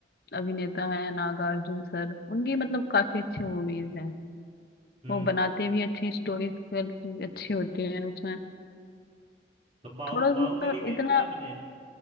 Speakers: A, on the left; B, on the right.
A: अभिनेता है नागार्जुन सर उनकी मतलब काफी अच्छी मूवीज हैं
B: हम्म
A: वो बनाते भी अच्छी स्टोरीज अच्छी होती है उसमें
B: तो बाहु
A: थोड़ा उसमें
B: बाहुबली देखी
A: इतना
B: है आपने